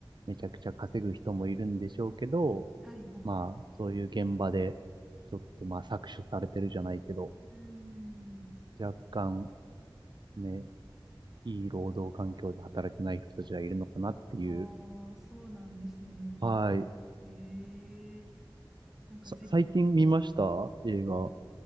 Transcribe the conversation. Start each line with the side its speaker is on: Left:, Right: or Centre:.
Right: めちゃくちゃ稼ぐ人もいるんでしょうけど、
Centre: はいはい。
Right: まあそういう現場でちょっとまあ搾取されてるじゃないけど、
Centre: うーん。
Right: 若干ね、いい労働環境で働けない人たちがいるのかなっていう。
Centre: ああ、そうなんですね。
Right: はい。
Centre: ええなんかぜひ、
Right: さ、最近見ました映画。